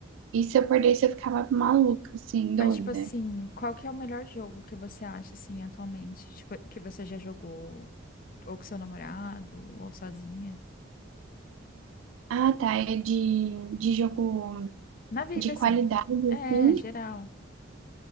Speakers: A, on the right; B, on the left.
A: E se eu perdesse, eu ficava maluca, assim,
B: Mas,
A: doida.
B: tipo assim, qual que é o melhor jogo que você acha, assim, atualmente? Tipo, que você já jogou, ou com seu namorado, ou sozinha?
A: Ah, tá. É de, de jogo
B: Na vida,
A: de qualidade,
B: assim.
A: assim,
B: É, geral.